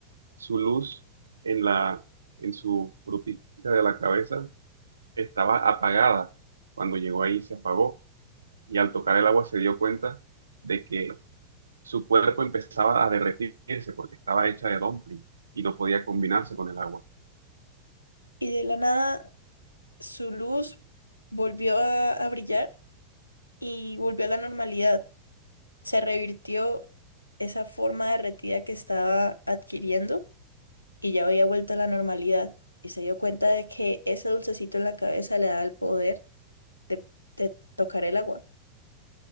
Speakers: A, on the right (about 70°); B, on the left (about 80°).
A: su luz en la, en su frutita de la cabeza estaba apagada. Cuando llegó ahí se apagó y al tocar el agua se dio cuenta de que su cuerpo empezaba a derretirse porque estaba hecha de dumpling y no podía combinarse con el agua.
B: Y de la nada su luz volvió a a brillar y volvió a la normalidad. Se revirtió esa forma derretida que estaba adquiriendo y ya había vuelto a la normalidad. Y se dio cuenta de que ese dulcecito en la cabeza le daba el poder de, de tocar el agua.